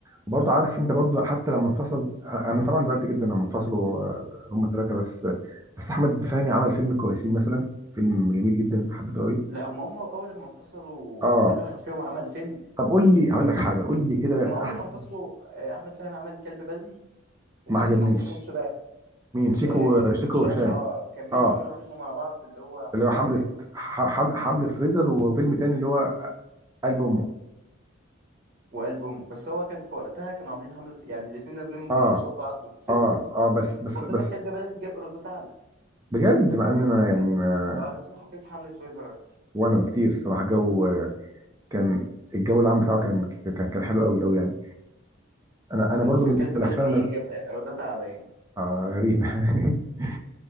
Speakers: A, on the right; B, on the right.
A: وبرضه عارف انت برضه حتى لما انفصل انا طبعا زعلت جدا لما انفصلوا آه، هما الثلاثه بس بس احمد فهمي عمل فيلم كويسين مثلا فيلم جميل جدا حبيته قوي
B: لا هم هم اول ما انفصلوا
A: اه
B: كل واحد فيهم عمل فيلم
A: طب قول لي هقول لك حاجه قول لي كده
B: هم اول
A: احسن
B: ما انفصلوا آه، احمد فهمي عمل كلب بلدي ومين
A: ما عجبنيش
B: اللي ما انفصلش بقى
A: مين شيكو
B: آه كان
A: شيكو
B: هشام
A: وهشام
B: واه كملوا
A: اه
B: عملوا فيلم مع بعض اللي هو حملة
A: اللي هو حمله
B: فريزر
A: ح- حم- حمله فريزر وفيلم تاني
B: فريزر
A: اللي هو قلب امه
B: وقلب امه بس هو كان في وقتها كانوا عاملين حملة يعني الاتنين نازلين
A: اه
B: قصاد بعض بالفيلم
A: اه
B: ده
A: اه بس بس
B: وخد
A: بس
B: بالك كلب بلدي جاب ايرادات اعلى
A: بجد مع ان انا
B: بس
A: يعني ما
B: اه بس انا حبيت حملة فريزر اكتر
A: وانا بكتير الصراحه جو كان الجو العام بتاعه كان كان كان حلو قوي قوي يعني انا
B: بس
A: انا برضو من
B: كلب
A: من
B: بلدي
A: الافلام اللي انا
B: جاب ايرادات اعلى يعني
A: آه غريبه <laughs>